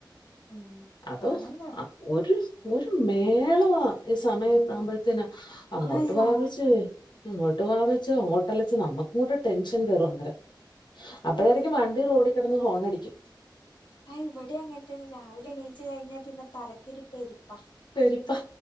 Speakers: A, on the left; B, on the left.
A: ഉം
B: അതോ
A: വേണം കാണാൻ
B: ആ ഒരു ഒരു മേളവാ ഈ സമയ ആവുമ്പോഴത്തേന് അങ്ങോട്ട്
A: അയ്യാ
B: വാവച്ചേ ഇങ്ങോട്ട് വാവചോ അങ്ങോട്ടലച്ച് നമ്മക്കും കൂടെ ടെൻഷൻ കേറും അന്നേരം അപ്പഴായിരിക്കും
A: ഉം
B: വണ്ടി റോഡി കെടന്ന് ഹോണടിക്ക
A: ആഹ് <unintelligible> രാവിലെ എണീച് കഴിഞ്ഞാ പിന്നെ തലക്കെരു പെര്പ്പാ
B: പെരുപ്പ